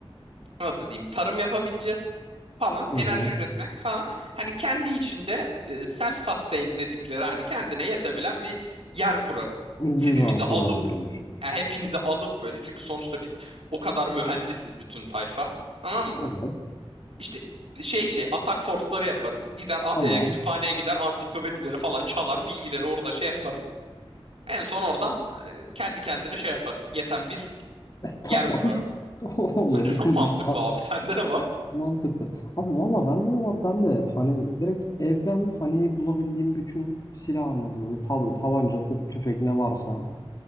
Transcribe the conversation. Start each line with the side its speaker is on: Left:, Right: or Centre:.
Right: nasıl diyeyim tarım yapabileceğiz falan
Left: Hı
Right: enerji
Left: hı.
Right: üretmek falan hani kendi içinde self sustained dedikleri hani kendine yetebilen bir yer kurarım. Sizimizi
Left: Düzen kurarım
Right: alıp
Left: diyorsun.
Right: yani hepinizi alıp böyle çünkü sonuçta biz o kadar mühendisiz bütün tayfa tamam mı?
Left: Evet.
Right: İşte şey şey atak force'ları yaparız. Gider a-
Left: Tamam.
Right: e, kütüphaneye
Left: <laughs>
Right: gider ansiklopedileri falan çalar bilgileri orada şey yaparız. En son oradan e, kendi kendine şey yaparız. Yeten bir
Left: tamam.
Right: yer kurarım.
Left: <laughs> Olurum.
Right: Bence çok mantıklı abi. <laughs> Sende ne var?
Left: Mantıklı. Abi valla bende ne var? Ben de hani direkt evden hani bulabildiğim bütün silahımızı, tab tabanca, top, tüfek ne varsa